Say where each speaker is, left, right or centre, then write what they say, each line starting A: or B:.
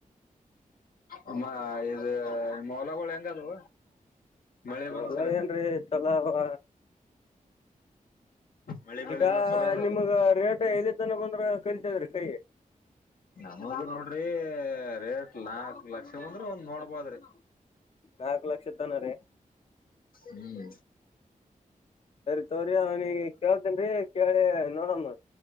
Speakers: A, on the left; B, on the left.
A: ಅಮ್ಮ ಇದು ಮಲಗೋಳ ಹೆಂಗದು ಮಳೆ ಬಂದ್ಸಲಕ
B: ಹೊಲ ಏನ್ರಿ ಚಲೋ ಅವ
A: ಮಳೆ ಬೆಳೆ
B: ಈಗ
A: ಎಲ್ಲ ಚಲೋ ಅದಲ್ಲ
B: ನಿಮಗ ರೇಟ್ ಎಲ್ಲಿ ತನ ಬಂದ್ರ ಕಲಿತದ್ರಿ ಕೈಗೆ
A: ನಮಾಗ ನೋಡ್ರಿ ರೇಟ್ ನಾಕು ಲಕ್ಷ ಅಂದ್ರೆ ಒಂದ್ ನೋಡ್ಬೋದ್ರಿ
B: ನಾಕ್ ಲಕ್ಷ ತನ ರೀ
A: ಹ್ಮ್
B: ಸರಿ ತೋ್ರಿ ಅವನಿಗೆ ಕೇಳಳ್ತನ್ರಿ ಕೇಳಿ ನೋಡಮ್ಮ